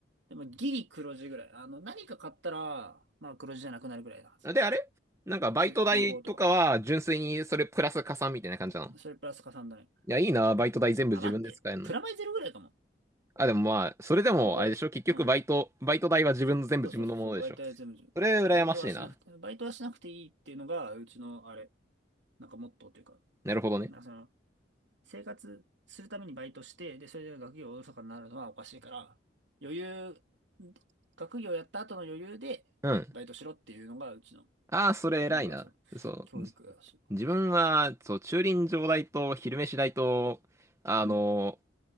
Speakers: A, on the right; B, on the right.
A: でもギリ黒字ぐらい。あの、何か買ったら、まあ黒字じゃなくなるぐらいなはず。
B: あで、あれなんかバイト代とかは純粋にそれプラス加算みたいな感じなの
A: 9、9とか。それプラス加算だね。
B: いや、いいな、バイト代全部自分で使えるの。
A: あ、待って。プラマイゼロぐらいかも。
B: あ、でもまあ、それでもあれでしょ結局バイト、
A: ちょうど。うん。
B: バイト代は自分の全部自分のものでしょ
A: そうそうそうそう。バイトは全部自分。
B: それ羨ましいな。
A: バイトはしなくて、バイトはしなくていいっていうのが、うちの、あれ、なんかモットーというか、
B: なるほどね。
A: なんかその、生活するためにバイトして、で、それで学業おろそかになるのはおかしいから、余裕、学業やった後の余裕で、
B: うん。
A: バイトしろっていうのが、うちの、
B: ああ、それ偉いな。
A: なんかその、
B: そう。
A: 教育だし
B: 自分は、そう、駐輪場代と昼飯代と、あの、
A: うん